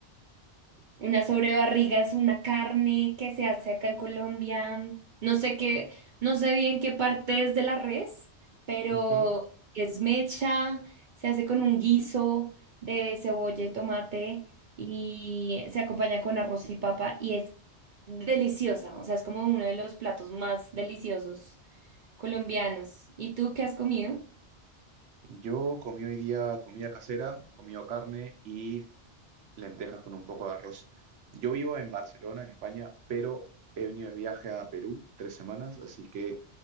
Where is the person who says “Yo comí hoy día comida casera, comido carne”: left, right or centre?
Right